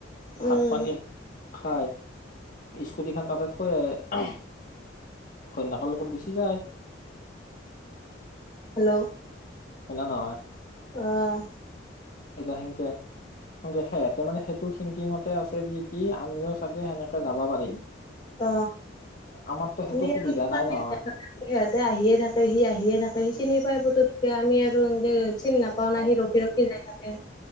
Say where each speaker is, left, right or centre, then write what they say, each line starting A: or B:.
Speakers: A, on the left; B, on the left.
A: ভাত
B: উম
A: পানী খাই স্কুটি খান তাতে থৈ আহে। ঘৈনাকৰ লগত গুচি যায়।
B: হেল্ল'
A: এনে নহয়
B: অ'
A: এতিয়া সেনকে- সেয়াতে মানে সেইটো থিংকিঙতে আছে যে কি আমিও চাগে সেনেকে যাবা পাৰিম
B: অ
A: আমাৰতো সেইটো
B: আমি <unintelligible>
A: সুবিধা নাই নহয়
B: ইয়াতে আহিয়ে থাকেহি আহিয়ে থাকেহি চিনি পাই বট আমি আৰু এনেকে চিনি নাপাও না
A: উম
B: সি ৰখি ৰখি যায়। তাতে